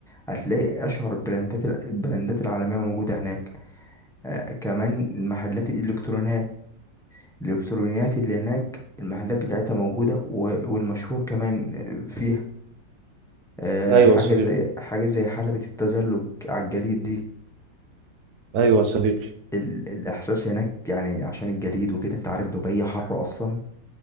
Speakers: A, in the centre; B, on the right (about 60°).
A: هتلاقي اشهر براندات البراندات العالميه موجوده هناك آه، كمان محلات الالكترونيات الالكترونيات اللي هناك المحلات بتاعتها موجوده و- والمشهور كمان فيها آه،
B: ايوه
A: حاجه
B: يا صديقي
A: زي حاجه زي حلبة التزلج على الجليد دي
B: ايوه يا صديقي
A: ال- الاحساس هناك يعني عشان الجليد وكده انت عارف دبي حر اصلا